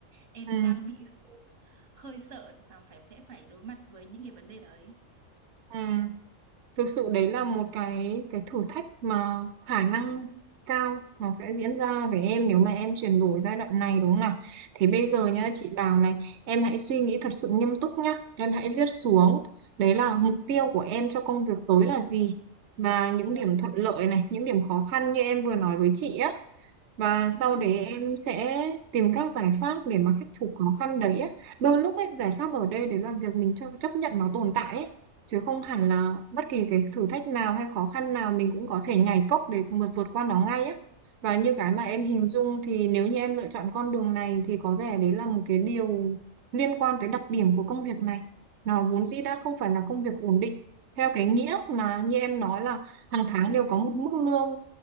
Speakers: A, on the right; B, on the right.
A: Em
B: Ừ,
A: đang bị hơi sợ rằng phải phải phải đối mặt với những cái vấn đề đấy.
B: ừ. thực sự đấy là một cái cái thử thách mà khả năng cao nó sẽ diễn ra với em nếu mà em chuyển đổi giai đoạn này đúng không nào thế bây giờ nhá chị Đào này em hãy suy nghĩ thật sự nghiêm túc nhá em hãy viết xuống đấy là mục tiêu của em cho công việc tới là gì và những
A: Vâng,
B: điểm thuận lợi này những điểm khó khăn như em vừa nói với chị á và sau
A: vâng.
B: đấy em sẽ tìm các giải pháp để mà khắc phục khó khăn đấy á. Đôi lúc ấy, giải pháp ở đây đấy là việc mình cho- chấp nhận nó tồn tại ấy chứ không hẳn là bất kỳ cái thử thách nào hay khó khăn nào mình cũng có thể nhảy cốc để vượt vượt qua nó ngay á và như cái mà em hình dung thì nếu như em lựa chọn con đường này thì có vẻ đấy là một cái điều liên quan tới đặc điểm của công việc này nó vốn dĩ đã không phải là công việc ổn định theo cái nghĩa mà như em nói là hàng tháng đều có một mức lương